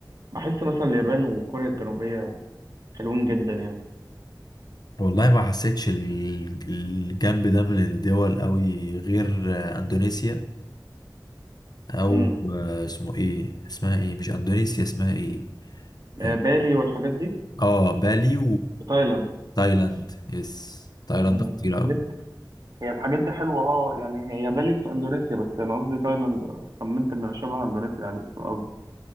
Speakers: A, on the right; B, on the left.
A: بحس مثلا اليابان وكوريا الجنوبية حلوين جدا يعني
B: والله ما حسيتش ال- الجنب ده من الدول قوي غير آه، اندونيسيا او
A: مم.
B: آه، اسمه ايه اسمها ايه مش اندونيسيا اسمها ايه
A: آه،
B: اه
A: بالي والحاجات دي
B: آه، بالي
A: في تايلاند
B: وتايلاند يس تايلاند
A: مم.
B: خطيرة قوي
A: الحاجات- هي الحاجات دي حلوة اه يعني هي بالي في اندونيسيا بس انا قصدي تايلاند خمنت انها شبه اندونيسيا يعني في الارض